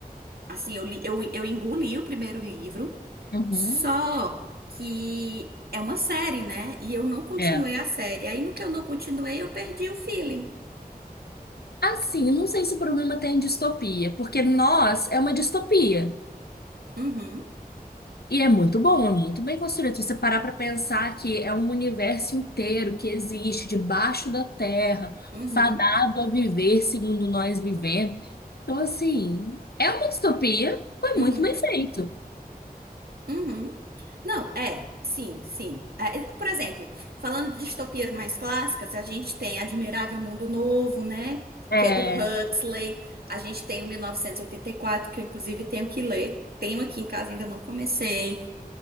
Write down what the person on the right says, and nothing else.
Assim, eu li- eu, eu engoli o primeiro livro,
só que é uma série, né? E eu não continuei
a série. Aí no que eu não continuei, eu perdi o feeling.
Uhum,
uhum,
uhum.
Uhum. Não, é, sim, sim. É, e, por exemplo, falando de distopias mais clássicas, a gente tem Admirável Mundo Novo, né?
Que é do Huxley. A gente tem o 1984, que eu inclusive tenho que ler. Tenho aqui em casa, ainda não comecei.